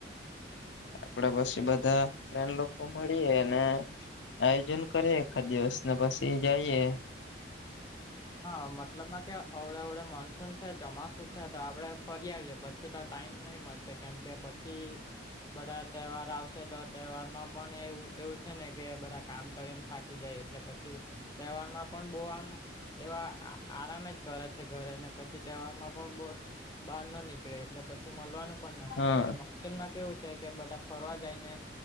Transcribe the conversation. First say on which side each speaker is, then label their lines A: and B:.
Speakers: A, on the left; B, on the left.
A: આપડે પછી બધા ફ્રેન્ડ લોકો મળીએે ને આયોજન કરીએ એકાદ દિવસ ને પછી જાઈએ.
B: હા મતલબમાં કે અવડે અવડે મોનસૂન છે ચોમાસું છે તો આપડે ફરી આવીએ. પછી તો ટાઈમ નહી મળશે કેમ કે પછી બધા તહેવાર આવશે તો તહેવાર માં પણ એવું એવું છે ને કે બધા કામ કરીને થાકી જાય એટલે પછી તહેવાર માં પણ બહું આમ એવા આરામે જ કરે છે ઘરે અને પછી તહેવારમાં પણ બો બહાર ન નીકળે એટલે પછી મળવાનું પણ ના
A: હા
B: થાય અવડે મોન સુન માં કેવું છે કે બધા ફરવા જાય ને